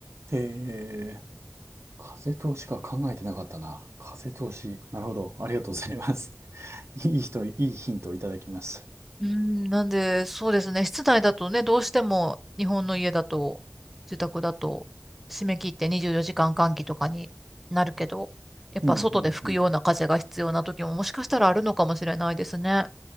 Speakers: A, on the right; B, in the centre.
A: えー、風通しか考えてなかったな。風通し。なるほど。ありがとうございます。<laughs> いい人、いいヒントをいただきます。
B: うん、なんで、そうですね、室内だとね、どうしても日本の家だと、住宅だと、締め切って24時間換気とかになるけど、やっぱ外で吹くような風が必要な時ももしかしたらあるのかもしれないですね。
A: うん、うん、うん。